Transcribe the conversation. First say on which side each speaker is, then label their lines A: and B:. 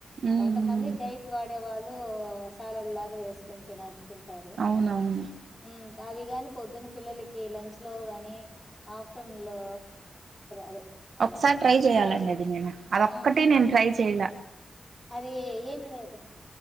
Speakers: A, on the right; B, on the left.
A: మ్
B: కొంతమంది
A: మ్
B: డైట్ వాడే వాళ్ళు ఇప్పుడు సాలడ్ లాగా చేసుకుని తిన తింటారు
A: అవునవును
B: ఉ అవి గాని పొద్దున పిల్లలకి లంచ్ లో గాని ఆఫ్టర్నూన్ లో అదే ఆ,
A: ఒకసారి ట్రై చెయాలండి
B: తాలింపు
A: అది నేను అదొక్కటి
B: ఆ
A: నేను ట్రై చేయల
B: అది ఏం లేదు